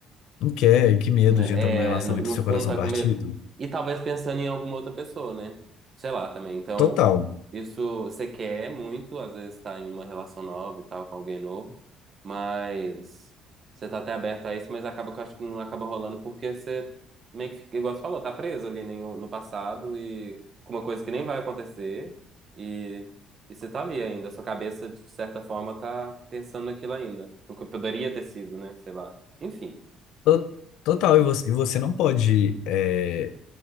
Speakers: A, on the left; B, on the right.
A: não quer, que medo
B: né,
A: de entrar numa relação
B: é, no,
A: e
B: no
A: ter seu
B: fundo
A: coração
B: tá
A: partido?
B: com medo. E talvez pensando em alguma outra pessoa, né? Sei lá também. Então,
A: Total.
B: isso você quer muito, às vezes tá em uma relação nova e tal, com alguém novo, mas você tá até aberto a isso, mas acaba que eu acho que não acaba rolando porque você meio que, fica, igual você falou, tá preso ali no, no passado e com uma coisa que nem vai acontecer e, e você tá ali ainda. Sua cabeça, de certa forma, tá pensando naquilo ainda, no que poderia ter sido, né? Sei lá. Enfim,
A: To- Total, e você, e você não pode é,